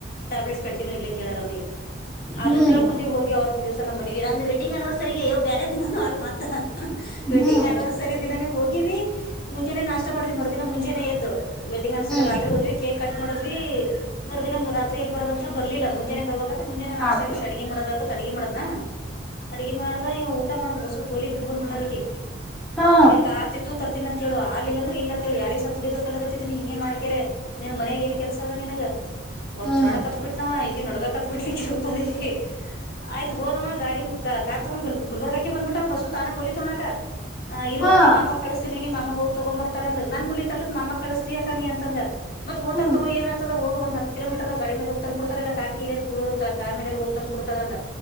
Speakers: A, on the left; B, in the centre.
A: ಟ್ಯಾಬ್ಲೆಟ್ಸ್ ಕಂಟಿನ್ಯ ಇಲಿ ಕೋಾರ ಅವ್ನಿಗೆ ಅದು
B: ಹ್ಮ್
A: ಮೇಳ್ಕೊಂಡಿ ಹೋಗಿ ಅವತ್ತ ದಿವಸ ನಮ್ಮ ಮ ನಂದು ವೆಡ್ಡಿಂಗ್ ಅನಿವರ್ಸರಿರಿಗೆ ಅಯ್ಯೋ ಬೇರೆ ದಿನಾನನು ಅಲ್ ಮತ್ತ ವೆಡ್ಡಿಂಗ್
B: ಹ್ಮ್
A: ಆನಿವರ್ಸರಿ ದಿನಾನೇ ಹೋಗಿವವಿ ಮುಂಜೆಾನೇ ನಾಷ್ಟ ಮಾಡ್ವಿ ಮರ್ದಿನ ಮುಂಜಾನೇ ಎದ್ದು ವೆಡ್ಡಿಂಗ್ ಅನ್ಸರಿ
B: ಹ್ಮ್
A: ರಾತ್ರಿ ಹೋದ್ವಿ ಕೇಕ್ ಕಟ್ ಮಾಡೋದ್ವಿ ಮೂರ ದಿನ ಮೂಾತ್ರಿ ಎಲ್ಲಿ ಬರದ ಅಂತ ಬರ್ಿಲ್ಲ ಮುಂಜೆ ಬಬೇಕಂದ ಮುಜೆ ನಾಟ್
B: ಹಾಕ್ರಿ
A: ಆಾಗಿ ಸಿಗೆ ಮಾಡೋದದು ಅಡಗೆ ಮಾಡದ್ನ ಅಡಗೆ ಮಾಡ್ದ ಇವ ಊಟ ಮಾಡದ್ ಬಸು ಗೋಲಿ ಬಿಟ್ಟ ಬಂದ್ಬಟ್ಟ ಅಡಿಗೆ
B: ಹಾ
A: ನಿನಗ ಆತಿತ್ತು ತರ್ತೀಿ ಅಂತ ಹೇಳು ಹಾಲ ಇಿಲ್ಲ ಅಂದ್ರೆ ಇಲ್ಲಂತೇಳಿ ಯಾರಿೀ ಸತ್ ಕುುಡಿಬೇಕಲ್ಲ ನೀ ಹಿಂಗೆ ಮಾಡ್ಕರೆ ನಿನ್ ಮನಯಾಗ ಏನ್ ಕೆಲಸ ಅದ ನಿಿನ ಒದ
B: ಹ್ಮ್
A: ದ್ರಾಡ ಕತ್ ಬಿಿಟ್ಟನವಯ ನೊಡ್ಗ ಕತ್ಬಿಡ್ಲಿಕ್ಕೆ ರೂಪದೀವಿ ಆಯ್ತು ಹೋದಮ್ಮ ಗಾಡಿ ಕಾರ್ ತಗೊಂಡ್ ಗುಲ್ಬರ್ಗಾ ಬಂದಬಿಟ್ಟ ಬಸ್ಸ ತಾನಾಗ ಹೋಲಿ ತುಣಕ ಇರುವೋ
B: ಹಾ
A: ನಿಮ್ಮ ಕಳಸ್ತೀನಿ ನಿಮ್ಮ ಅಮ್ಮ ಹೋಗಿ ತಗೊಂಡ್ ಬರ್ತಾರ ಅಂದ ನನ್ ಗುಲಿ ತರ್ಲಕ್ ಮಾಮ್ಮ ಕಳಸ್ತನಿ ಕಾನಿ ಅಂತಂದ ಮತ್ತತ್ ಹೋತಾರ
B: ಹ್ಮ್
A: ತಗೋ ಏನ್ತದೋಗ ಹತ್ತು ಕಿಲೋೀಟರ್್ ಗಡಿ ಮೇಲೆ ಹ್ತ್ ಕೊಡ್ತಾರಲ್ಲ ಕಾರ್ ಕಿ ಕಡರುತ್ತ ಕಾರ್ನಾರ ಹೋಗತಾ ಕುಡ್ತಾರ ಅಂತ